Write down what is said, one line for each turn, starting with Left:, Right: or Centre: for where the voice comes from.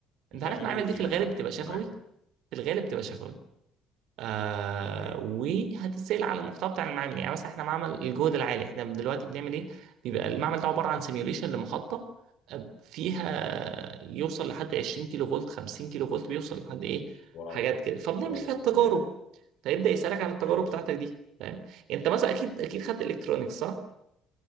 Right: انت
Left: بتعملوا
Right: عارف المعامل
Left: ايه
Right: دي
Left: فيها
Right: في الغالب
Left: انا ما عنديش
Right: بتبقى شفوي
Left: معامل
Right: في الغالب بتبقى شفوي آه
Left: ماشي
Right: وهتتسأل على المحتوى بتاع المعمل يعني مثلا احنا معمل الجهد العالي احنا دلوقتي بنعمل ايه بيبقى المعمل ده عبارة عن سيميوليشن لمحطة آه، فيها يوصل لحد 20 كيلو فولت 50 كيلو فولت بيوصل لحد ايه
Left: واو
Right: حاجات كده فبنعمل
Left: واو
Right: فيها التجارب
Left: جامد
Right: فيبدأ يسألك عن التجارب
Left: ماشي
Right: بتاعتك دي فاهم انت مثلا اكيد اكيد خدت الكترونيكس صح